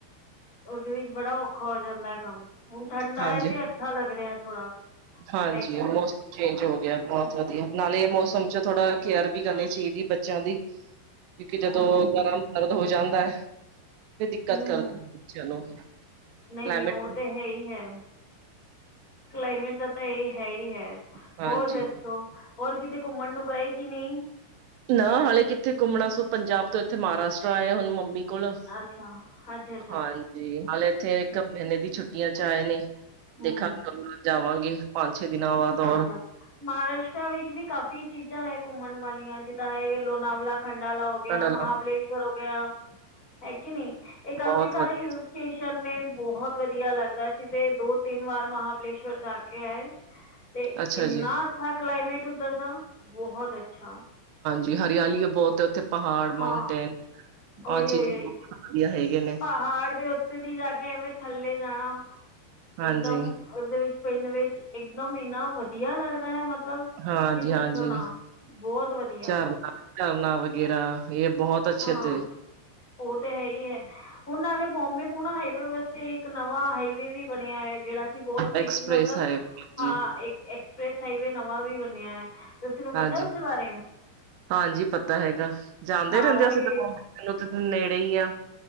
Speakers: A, on the left (about 20°); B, on the right (about 80°).
A: ਉਹਦੇ ਵਿੱਚ ਬੜਾ ਔਖਾ ਹੋ ਜਾਂਦਾ ਹੈ ਕੰਮ ਹੁਣ ਠੰਡਾ
B: ਹਾਂਜੀ
A: ਹੈ ਤੇ ਅੱਛਾ ਲੱਗ ਰਿਹਾ ਥੋੜਾ
B: ਹਾਂਜੀ
A: ਹੈ ਕੀ ਨਹੀਂ
B: ਮੌਸਮ ਚੇਂਜ ਹੋ ਗਿਆ ਬਹੁਤ ਨਾਲੇ ਇਹ ਮੌਸਮ ਚ ਥੋੜਾ ਕੇਅਰ ਵੀ ਕਰਨੀ ਚਾਹੀਦੀ ਬੱਚਿਆਂ ਦੀ ਕਿਉਕਿ ਜਦੋਂ
A: ਹਾਂਜੀ
B: ਗਰਮ ਦਰਦ ਹੋ ਜਾਂਦਾ ਹੈ ਤੇ ਦਿੱਕਤ
A: ਹਮ
B: ਕਰਦਾ
A: ਹਮ
B: ਹੈ ਬੱਚਿਆਂ ਨੂੰ ਕਲਾਈਮੇਟ
A: ਨਹੀਂ ਨਹੀਂ ਉਹ ਤਾਂ ਹੈ ਹੀ ਹੈ ਕਲਾਈਮੇਟ ਦਾ ਤਾਂ ਇਹ ਹੈ ਹੀ ਹੈ
B: ਹਾਂਜੀ
A: ਹੋਰ ਦੱਸੋ ਹੋਰ ਕਿਤੇ ਘੁੰਮਣ ਨੂੰ ਗਏ ਕਿ ਨਹੀਂ
B: ਨਾ ਹਾਲੇ ਕਿੱਥੇ ਘੁੰਮਣਾ ਸੋ ਪੰਜਾਬ ਤੋਂ ਇੱਥੇ ਮਹਾਰਾਸ਼ਟਰ ਆਏ, ਹੁਣ ਮੰਮੀ ਲ
A: ਅੱਛਾ ਅੱਛਾ ਅੱਛਾ
B: ਹਾਂਜੀ ਹਾਲੇ ਇੱਥੇ ਇੱਕ ਮਹੀਨੇ ਦੀ ਛੁੱਟੀ, ਛੁੱਟੀਆਂ ਚ ਆਏ ਨੇ
A: ਹਮ
B: ਦੇਖਾਂਗੇ
A: ਹਮ
B: ਜਾਵਾਂਗੇ ਪੰਜ, ਛੇ ਦਿਨਾਂ ਬਾਅਦ ਔਰ
A: ਅੱਛਾ, ਮਹਾਰਾਸ਼ਟਰਾ ਵਿੱਚ ਵੀ ਕਾਫ਼ੀ ਚੀਜ਼ਾਂ ਹੈ। ਘੁੰਮਣ ਵਾਲੀਆਂ ਜਿੱਦਾਂ ਹੈ, ਲੋਨਾਵਲਾ ਖੰਡਾਲਾ ਹੋ ਗਿਆ,
B: ਕਡਲਾ
A: ਮਹਾਬਲੇਸ਼ਵਰ ਹੋ ਗਿਆ। ਹੈ ਕਿ ਨੀ ਇਹ ਕਾਫ਼ੀ
B: ਬਹੁਤ
A: ਸਾਰੇ
B: ਵਧੀਆ
A: ਹਿਲ ਸਟੇਸ਼ਨ ਨੇ, ਬਹੁਤ ਵਧੀਆ ਲੱਗਦਾ ਸੀ, ਤੇ ਦੋ ਤਿੰਨ ਵਾਰ ਮਹਾਾਬਲੇਸ਼ਵਰ ਜਾ ਕੇ ਆਏ। ਤੇ
B: ਅੱਛਾ
A: ਇੰਨਾ
B: ਜੀ
A: ਅੱਛਾ ਕਲਾਈਮੇਟ ਉੱਧਰ ਦਾ ਬਹੁਤ ਅੱਛਾ।
B: ਜੀ ਹਰਿਆਲੀਏ ਬਹੁਤ ਹੈ ਉੱਥੇ, ਪਹਾੜ
A: ਹਾਂ
B: ਮਾਊਂਟੇਨ
A: ਉਹੀ
B: ਆ ਚੀਜ਼ਾਂ
A: ਉਹੀ ਉਹੀ
B: ਵਧੀਆ ਹੈਗੇ ਨੇ,
A: ਪਹਾੜ ਦੇ ਉੱਤੇ ਦੀ ਜਾਗੇ ਐਵੇਂ ਥੱਲੇ ਜਾਣਾ।
B: ਹਾਂਜੀ
A: ਇਕਦਮ ਉਹਦੇ ਵਿੱਚ ਪਿੰਡ ਵਿੱਚ ਇਕਦਮ ਇੰਨਾ ਵਧੀਆ ਲੱਗਦਾ ਹੈ ਮਤਲਬ,
B: ਹਾਂਜੀ-ਹਾਂਜੀ
A: ਕਿ ਪੁੱਛੋ ਨਾ ਬਹੁਤ ਵਧੀਆ
B: ਝਰਨਾ ਝਰਨਾ ਵਗੈਰਾ, ਇਹ ਬਹੁਤ ਅੱਛੇ
A: ਹਾਂ
B: ਤੇ,
A: ਉਹ ਤਾਂ ਹੈ ਹੀ ਹੈ, ਹੁਣ ਨਾਲੇ ਬੋਬੇ ਪੂਣਾ ਹਾਈ ਵਸੇ ਇੱਕ ਨਵਾਂ ਹਾਈਵੇ ਵੀ ਬਣਿਆ ਹੈ। ਜਿਹੜਾ ਕਿ ਬਹੁਤ ਛੇਤੀ
B: ਐਕਸਪ੍ਰੈਸ
A: ਮਤਲਬ
B: ਹੈ ਜੀ
A: ਹਾਂ ਇੱਕ ਐਕਸਪ੍ਰੈਸ ਹਾਈਵੇ ਨਵਾਂ ਵੀ ਬਣਿਆ ਹੈ। ਤੁਸੀਂ ਨੂੰ ਪਤਾ
B: ਹਾਂਜੀ-ਹਾਂਜੀ
A: ਉਸ ਦੇ ਬਾਰੇ
B: ਪਤਾ ਹੈਗਾ, ਜਾਂਦੇ
A: ਹਾਂ
B: ਰਹਿੰਦੇ
A: ਉਹੀ
B: ਅਸੀਂ ਤਾਂਨ ਨੇੜੇ ਹੀ ਆ।